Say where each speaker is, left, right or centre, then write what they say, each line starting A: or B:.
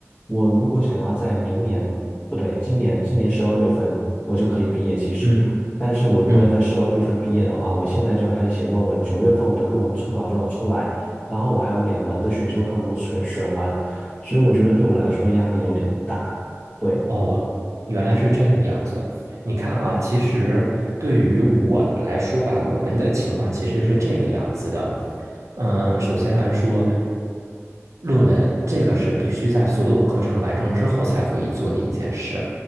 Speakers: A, on the left (about 25°); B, on the right (about 80°).
A: 我如果想要在明年，不对，今年今年十二月份我就可以毕业，其实。
B: 嗯
A: 但是我如果要在十二月份毕业的话，
B: 嗯
A: 我现在就要开始写论文，九月份我的论文初稿就要出来。然后我还有两门的选修课没有选选完，所以我觉得对我来说压力有点大。对，
B: 哦，原来是这个样子。你看啊，其实对于我来说吧，我们的情况其实是这个样子的。嗯，首先来说，论文这个是必须在所有课程完成之后才可以做的一件事。